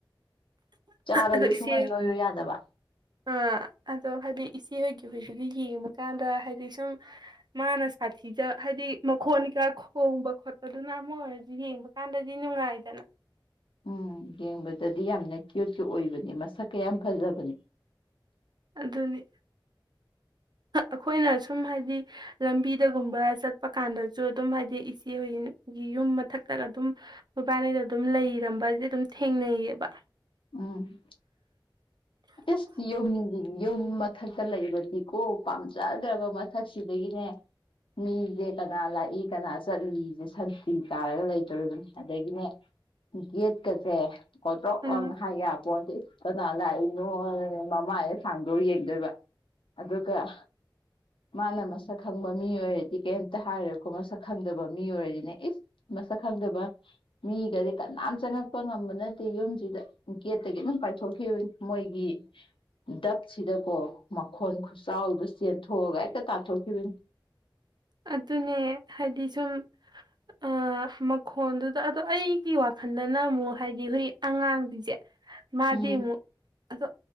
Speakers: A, on the left; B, on the right.
A: ꯆꯥꯔꯁꯨ
B: ꯑꯗꯣ ꯏꯆꯦ
A: ꯁꯨꯡꯉꯩ ꯅꯣꯏꯌꯨ ꯌꯥꯗꯕ
B: ꯑꯥ ꯑꯗꯣ ꯍꯥꯏꯗꯤ ꯏꯆꯦ ꯍꯣꯏꯒꯤ ꯍꯣꯏꯁꯨꯁꯨ ꯌꯦꯡꯕ ꯀꯥꯟꯗ ꯍꯥꯏꯗꯤ ꯁꯨꯝ ꯃꯥꯅ ꯁꯥꯊꯤꯗ ꯍꯥꯏꯗꯤ ꯃꯈꯣꯠꯅꯤꯀꯥ ꯈꯣꯡꯕ ꯈꯣꯠꯄꯗꯨꯅ ꯑꯃ ꯑꯣꯏꯔꯁꯨ ꯌꯦꯡꯕ ꯀꯥꯟꯗꯗꯤ ꯅꯨꯡꯉꯥꯏꯗꯅ
A: ꯎꯝ ꯌꯦꯡꯕꯗꯗꯤ ꯌꯥꯝꯅ ꯀ꯭ꯌꯨꯠꯀꯤ ꯑꯣꯏꯕꯅꯦ ꯃꯁꯛꯀ ꯌꯥꯝ ꯐꯖꯕꯅꯤ
B: ꯑꯗꯨꯅꯤ ꯑꯩꯈꯣꯏꯅ ꯁꯨꯝ ꯍꯥꯏꯗꯤ ꯂꯝꯕꯤꯗꯒꯨꯝꯕ ꯆꯠꯄ ꯀꯥꯟꯗꯁꯨ ꯑꯗꯨꯝ ꯍꯥꯏꯗꯤ ꯏꯆꯦ ꯍꯣꯏꯒꯤ ꯌꯨꯝ ꯃꯊꯛꯇꯒ ꯑꯗꯨꯝ ꯃꯕꯥꯏꯉꯩꯗ ꯑꯗꯨꯝ ꯂꯩꯔꯝꯕꯁꯦ ꯑꯗꯨꯝ ꯊꯦꯡꯅꯩꯌꯦꯕ
A: ꯎꯝ ꯇꯁ ꯌꯣ ꯌꯨꯝ ꯃꯊꯛꯇ ꯂꯩꯕꯅꯤꯀꯣ ꯄꯥꯝꯖꯗ꯭ꯔꯕ ꯃꯊꯛꯁꯤꯗꯒꯤꯅꯦ ꯃꯤꯁꯦ ꯀꯅꯥ ꯂꯥꯛꯏ ꯀꯅꯥ ꯆꯠꯂꯤꯁꯦ ꯁꯟꯇꯤ ꯇꯥꯔꯒ ꯂꯩꯗꯣꯔꯤꯕꯅꯤ ꯑꯗꯒꯤꯅꯦ ꯒꯦꯠꯀꯁꯦ ꯍꯣꯏ ꯇ꯭ꯔꯣ
B: ꯎꯝ
A: ꯂꯥꯎꯅ ꯍꯥꯏ ꯌꯥ ꯀꯣꯟ ꯅꯒ ꯃꯃꯥꯌꯦ ꯁꯥꯡꯗꯧ ꯌꯦꯡꯗꯣꯏꯕ ꯑꯗꯨꯒ ꯃꯥꯅ ꯃꯁꯛ ꯈꯪꯕ ꯃꯤ ꯑꯣꯏꯔꯗꯤ ꯀꯩꯝꯇ ꯍꯥꯏꯔꯦꯀꯣ ꯃꯁꯛ ꯈꯪꯗꯕ ꯃꯤ ꯑꯣꯏꯔꯗꯤꯅꯦ ꯏꯁ ꯃꯁꯛ ꯈꯪꯗꯕ ꯃꯤꯒꯗꯤ ꯀꯅꯥꯝ ꯆꯪꯉꯛꯄ ꯉꯝꯕ ꯅꯠꯇꯦ ꯌꯨꯝꯁꯤꯗ ꯒꯦꯠꯇꯒꯤ ꯑꯗꯨꯝ ꯄꯥꯏꯊꯣꯛꯈꯤꯕꯅꯤ ꯃꯣꯏꯒꯤ ꯗꯛꯁꯤꯗꯀꯣ ꯃꯈꯣꯟ ꯈꯨꯆꯥꯎꯗ ꯆꯦꯟꯊꯣꯛꯑꯒ ꯍꯦꯛꯇ ꯇꯥꯊꯣꯛꯈꯤꯕꯅꯤ
B: ꯑꯗꯨꯅꯦ ꯍꯥꯏꯗꯤ ꯁꯨꯝ ꯑ ꯃꯈꯣꯟꯗꯨꯗ ꯑꯗꯣ ꯑꯩꯒꯤ ꯋꯥꯈꯜꯗꯅ ꯑꯃꯨꯛ ꯍꯥꯏꯗꯤ ꯍꯈꯣꯏ ꯑꯉꯥꯡꯁꯤꯡꯁꯦ ꯃꯥꯗꯤꯃꯨ
A: ꯎꯝ
B: ꯑꯗꯣ